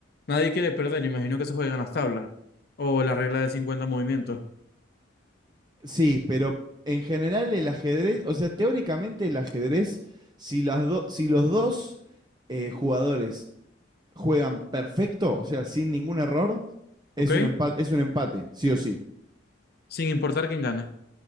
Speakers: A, on the left (about 50°); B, on the right (about 20°).
A: nadie quiere perder, imagino que se juegan las tablas o la regla de 50 movimientos,
B: Sí, pero en general el ajedrez, o sea, teóricamente el ajedrez, si, las do- si los dos eh, jugadores juegan perfecto, o sea, sin ningún error, es
A: ¿ok?
B: un empate, es un empate, sí o sí.
A: Sin importar quién gane,